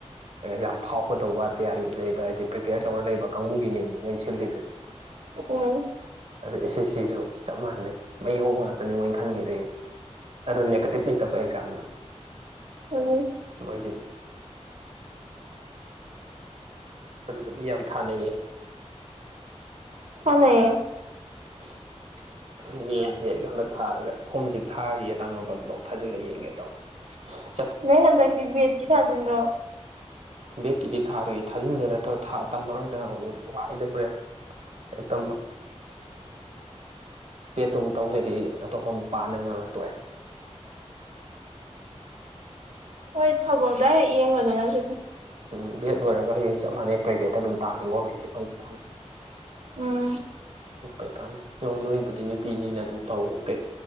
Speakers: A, on the right (about 70°); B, on the right (about 80°).
A: ꯌꯥꯝ ꯐꯥꯎꯒꯗꯧꯕ ꯇꯌꯥꯔꯤ ꯂꯩꯕ ꯍꯥꯏꯗꯤ ꯄ꯭ꯔꯤꯄꯦꯌꯔ ꯇꯧꯔ ꯂꯩꯕ ꯀꯥꯡꯕꯨꯒꯤꯅꯦꯃꯤ ꯃꯣꯏ ꯁꯤꯜꯂꯤꯗꯨꯗꯤ <inaudible>
B: ꯑꯝ
A: ꯑꯗꯩ ꯑꯦꯁ ꯑꯦꯁ ꯁꯤꯁꯨ ꯆꯞ ꯃꯥꯟꯅꯩ ꯃꯩ ꯍꯧꯕ ꯉꯥꯛꯇꯅꯤ ꯃꯣꯏ ꯈꯟꯒꯤꯗꯣꯏ ꯑꯗꯣ ꯅꯦꯒꯇꯤꯞ ꯂꯩꯇꯕ ꯑꯦꯛꯖꯥꯝꯗꯣ
B: ꯑꯣ
A: ꯃꯣꯏꯒꯤ ꯑꯗꯨꯗ ꯃꯤ ꯌꯥꯝ ꯊꯥꯅꯩꯌꯦ
B: ꯍꯣꯂꯦ
A: <inaudible> ꯌꯦꯡꯒꯦ ꯑꯩꯁꯨ ꯍꯟꯗꯛ ꯊꯥꯔꯒ ꯐꯣꯝꯁꯤ ꯊꯥꯔꯤꯌꯦ ꯇꯥꯡ ꯃꯥꯄꯜ ꯕꯥꯎ ꯊꯥꯖꯤꯜꯂꯒ ꯌꯦꯡꯒꯦ ꯇꯧꯅꯤ <unintelligible>
B: ꯅꯪ ꯍꯟꯗꯛꯀꯤ ꯕꯦꯠꯀꯤ ꯊꯥꯖꯤꯟꯕ꯭ꯔꯣ
A: ꯕꯦꯠꯀꯤꯗꯤ ꯊꯥꯔꯣꯏꯌꯦ ꯊꯥꯖꯤꯟꯕ ꯅꯠꯇ ꯇꯝꯃꯔꯣꯏꯗꯅ ꯋꯥꯏꯗ ꯕ꯭ꯔꯦ ꯑꯦ ꯇꯝꯕ ꯕꯦꯠꯇ ꯑꯃꯨꯛ ꯇꯧ ꯂꯩꯗꯤ ꯑꯇꯣꯞꯄ ꯑꯃꯨꯛ ꯄꯥ ꯅꯪꯉꯔꯣꯏ ꯇꯣꯛꯑꯦ
B: ꯍꯣꯏ ꯊꯧꯕꯝ ꯗꯥꯏꯔꯦꯛ ꯌꯦꯡꯕꯗꯅꯁꯨ ꯗꯨꯝ
A: ꯎꯝ ꯕꯦꯠ ꯂꯣꯏꯔꯒ ꯍꯌꯦꯡ ꯆꯞ ꯃꯥꯟꯅꯩ ꯄ꯭ꯔꯚꯦꯠꯇ ꯑꯗꯨꯝ ꯇꯥꯅꯤ ꯒꯣꯔꯔꯃꯦꯟꯒꯤ ꯐꯪꯁꯨ ꯐꯪꯉꯣꯏ
B: ꯎꯝ
A: ꯀꯩ ꯀꯥꯟꯅ ꯩ ꯍꯣꯏ ꯅꯣꯏꯕꯨꯗꯤ ꯅꯨꯄꯤ ꯑꯅꯤꯅ ꯑꯗꯨꯝ ꯇꯧ ꯀꯩ